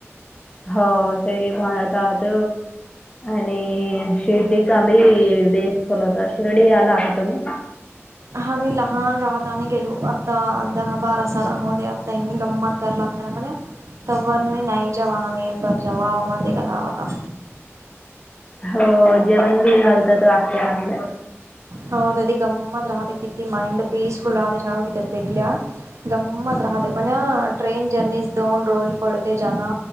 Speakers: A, on the left (about 20°); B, on the right (about 75°).
A: हो ते म्हणता त आणि शिर्डी का बी बेस खोला होता शिर्डी आला का तुम्ही
B: हमही लहान राहतने गेलो आता दहा बारा सला होते आता इनी गम्मत करलागत. खरा पड्या त न नाही जम एकार ज आ कता आता
A: हो जेवण बी घालतात वागच्या नाला.
B: हो ते गंमत राहत किती माइंड पीसफुल राह ठाव कि त्या देखल्या गंमत राहते पण ट्रेन जर्नी दोन रोज पडते जना.